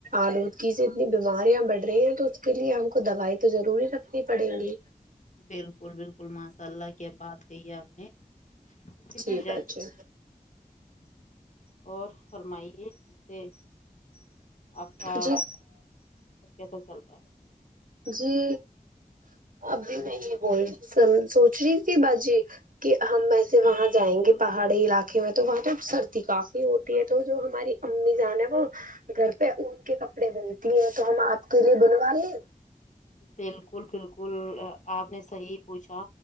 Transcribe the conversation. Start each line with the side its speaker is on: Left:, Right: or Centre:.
Right: آلود کسی اتنی بیماریاں بڑھ رہی ہیں تو اس کے لیے ہم کو دوائی تو ضروری رکھنی پڑیں گی
Left: بلکل بلکل ماشاء اللہ کیا بات کہی ہے آپ نے کتنا
Right: جی باجی
Left: جج اور فرمائیے ے آپ کا
Right: جی
Left: کیسا چل رہا ہے
Right: جی اب بھی میں یہ ب سوچ رہی تھی بجی کہ ہم وسے وہاں جائیں گے پہاڑی علاقے میں تو وہاں تو سردی کافی ہوتی ہے تو جو ہماری امی جان ہے وہ گھر پہ اون کے کپڑے بنتی ہیں تو ہم آپ کے لیے بنوا لیں
Left: بالکل بالکل آپ نے صحیح پوچھا